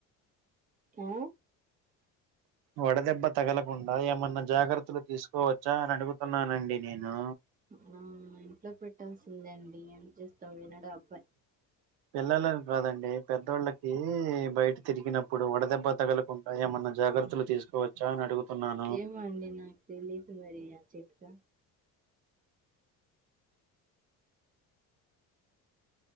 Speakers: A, on the right (about 20°); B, on the right (about 85°).
A: ఆ
B: వడదెబ్బ తగలకుండా ఏమన్నా జాగర్తలు తీసుకోవచ్చా అనడుగుతున్నానండి నేను
A: ఆ ఇంట్లో పెట్టాల్సిందే అండి ఏం చేస్తావు వినడు అబ్బాయి
B: పిల్లల కాదండి పెద్దోళ్ళకి బయట తిరిగినప్పుడు వడదెబ్బ తగలకుండా ఏమన్నా జాగర్తలు తీసుకోవచ్చా అనడుగుతున్నాను
A: ఏమో అండి నాకు తెలీదు మరి ఆ చిట్కా